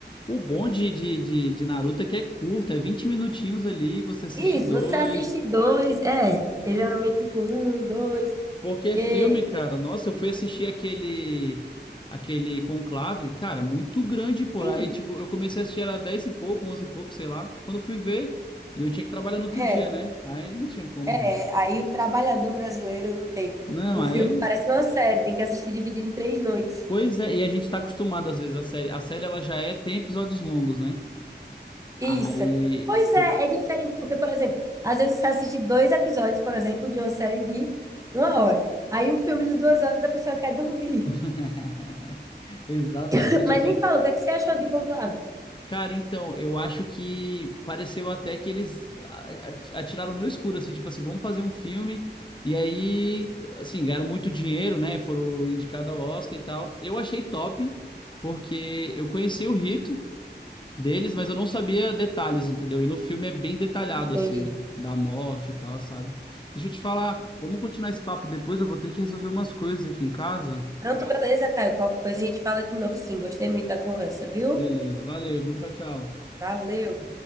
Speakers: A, on the left; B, on the right.
A: O bom de, de, de, de Naruto é que é curto, é 20 minutinhos ali, você assiste
B: Isso,
A: dois.
B: você assiste dois. É, eu geralmente fico um, dois,
A: Porque
B: porque
A: filme, cara, nossa, eu fui assistir aquele aquele Conclave, cara, muito grande, pô.
B: sim,
A: Aí, tipo, eu comecei a assistir era 10 e pouco, 11 e pouco, sei lá. Quando eu fui ver, e eu tinha que trabalhar no outro
B: é,
A: dia, né? Aí não tinha como,
B: é.
A: velho.
B: Aí o trabalhador brasileiro não tem.
A: Não,
B: O
A: aí,
B: filme
A: é-
B: parece uma série, tem que assistir dividido em três noites.
A: pois é, e a gente tá acostumado às vezes a série, a série ela já é tem episódios longos, né?
B: Isso.
A: Aí
B: Pois
A: co-
B: é, é diferente, porque, por exemplo, às vezes você assiste dois episódios, por exemplo, de uma série de uma hora. Aí um filme de duas horas a pessoa quer dormir.
A: <laughs> Exatamente,
B: <laughs> Mas
A: eu tenho,
B: me fala, o que é que você achou de Conclave?
A: Cara, então, eu acho que pareceu até que eles a- a- atiraram no escuro, assim, tipo assim, vamos fazer um filme. E aí, assim, ganharam muito dinheiro, né? Foram indicados ao Oscar e tal. Eu achei top, porque eu conheci o rito deles, mas eu não sabia detalhes, entendeu? E no filme é bem detalhado,
B: Entendi.
A: assim, da morte e tal, sabe? Deixa eu te falar, vamos continuar esse papo depois, eu vou ter que resolver umas coisas aqui em casa.
B: Pronto, beleza, Caio. Qualquer coisa a gente fala de novo, sim. Gostei muito da conversa, viu?
A: Beleza, valeu, viu? Tchau, tchau.
B: Valeu.